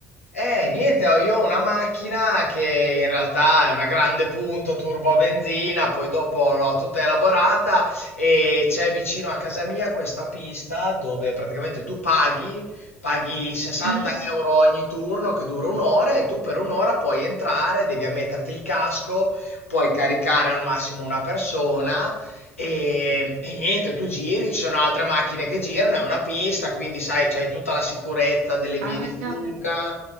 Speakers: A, on the left (about 80°); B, on the right (about 75°).
A: Eh, niente, ho- io ho una macchina che in realtà è una grande punto turbo a benzina, poi dopo l'ho tutta elaborata e c'è vicino a casa mia questa pista dove praticamente tu paghi, paghi 60
B: Mm?
A: euro ogni turno che dura un'ora e tu per un'ora puoi entrare, devi ammetterti il casco, puoi caricare al massimo una persona. E, e niente, tu giri, ci sono altre macchine che girano, è una pista, quindi sai, c'hai tutta la sicurezza delle vie
B: Ah,
A: di fuga.
B: cavolo.